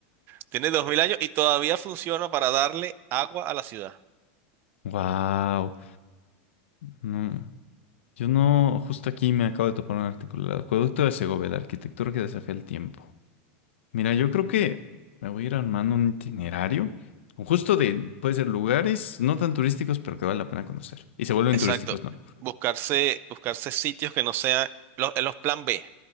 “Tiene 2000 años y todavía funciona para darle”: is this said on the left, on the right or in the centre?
Right